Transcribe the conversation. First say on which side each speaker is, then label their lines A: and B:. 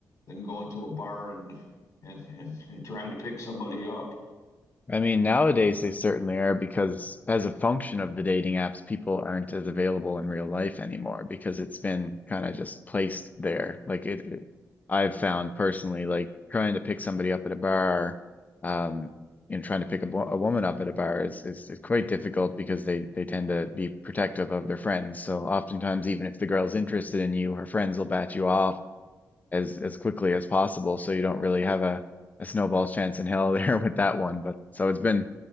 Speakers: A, on the left; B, on the left.
A: than going to a bar and and and and trying to pick somebody up.
B: I mean, nowadays they certainly are because as a function of the dating apps, people aren't as available in real life anymore because it's been kind of just placed there. Like it, it- I've found personally, like trying to pick somebody up at a bar, um, and trying to pick a, wo- a woman up at a bar is, is, is quite difficult because they, they tend to be protective of their friends. So oftentimes, even if the girl's interested in you, her friends will bat you off as as quickly as possible, so you don't really have a, a snowball's chance in hell there <laughs> with that one. But so it's been